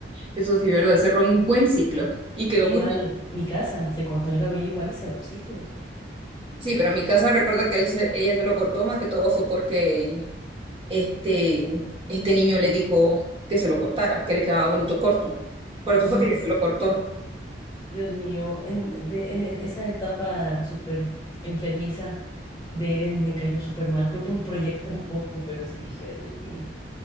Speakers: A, on the right; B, on the left.
A: Eso sí, verdad, cerró un buen ciclo y quedó
B: Igual
A: muy bien.
B: mi casa, se cortó el cabello igual y cerró ciclos.
A: Sí, pero en mi casa recuerda que él se- ella se lo cortó más que todo fue porque este, este niño le dijo que se lo cortara, que le quedaba bonito corto. Por eso
B: Ay,
A: fue que ella se lo cortó.
B: Dios mío, en, de- en esa etapa súper enfermiza de Eren me cayó súper mal. Creo que me proyecté un poco, pero sí dije, ay, Dios mío,